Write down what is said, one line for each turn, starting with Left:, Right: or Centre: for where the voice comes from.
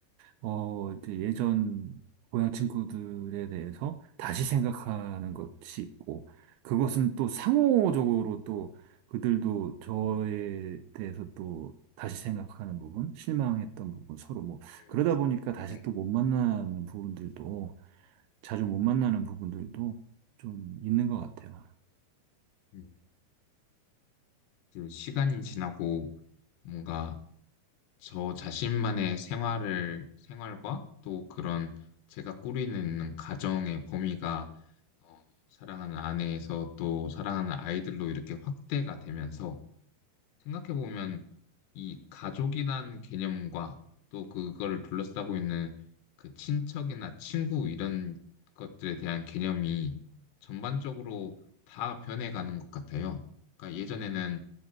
Right: 어, 이제 예전 고향 친구들에 대해서 다시 생각하는 것이 있고, 그것은 또 상호적으로 또 그들도 저에 대해서 또 다시 생각하는 부분, 실망했던 부분, 서로 뭐, 그러다
Left: 음,
Right: 보니까 다시
Left: 네,
Right: 또 못 만나는 부분들도, 자주 못
Left: 음,
Right: 만나는 부분들도 좀 있는 것 같아요.
Left: 음. 그 시간이 지나고 뭔가 저 자신만의 생활을 생활과 또 그런 제가 꾸리는 가정의 범위가 어, 사랑하는 아내에서 또 사랑하는 아이들로 이렇게 확대가 되면서 생각해보면 이 가족이란 개념과 또 그거를 둘러싸고 있는 그 친척이나 친구 이런 것들에 대한 개념이 전반적으로 다 변해가는 것 같아요. 그러니까 예전에는